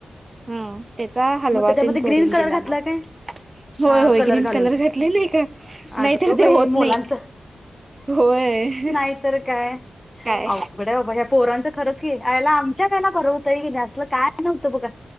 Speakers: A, on the right (about 30°); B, on the left (about 15°).
A: हा त्याचा हलवा
B: मग त्याच्यामध्ये
A: तेन करून
B: ग्रीन कलर
A: दिला
B: घातला
A: म.
B: काय
A: होय
B: हा
A: होय ग्रीन
B: घालून
A: कलर घातले का
B: अगं
A: नाहीतर
B: बाई
A: ते होत
B: मुलांच
A: नाही. होय.
B: नाहीतर काय
A: काय
B: अवघड बाबा ह्या पोरांचा खरंच की आयला आमच्या वेळेला बरं होतोय की नाही असलं काय नव्हतं बघा.